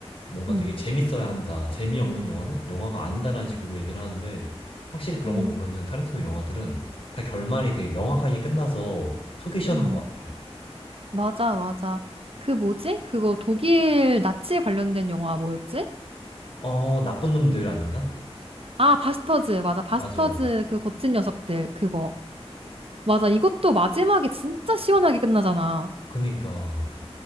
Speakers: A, on the left (about 60°); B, on the right (about 60°).
A: 뭔가
B: 응,
A: 되게 재밌어야 한다. 재미없는 영화는 영화가 아니다라는 식으로 얘기를 하는데, 확실히 그런
B: 응,
A: 거 보면은 타란티노 영화들은 다 결말이 되게 명확하게 끝나서 속이 시원한
B: 응.
A: 것 같아.
B: 맞아, 맞아. 그 뭐지? 그거 독일 나치 관련된 영화 뭐였지?
A: 어, 나쁜 놈들 아닌가?
B: 아, 바스터즈. 맞아. 바스터즈
A: 맞아.
B: 그 거친 녀석들. 그거. 맞아. 이것도 마지막에 진짜 시원하게 끝나잖아.
A: 그니까.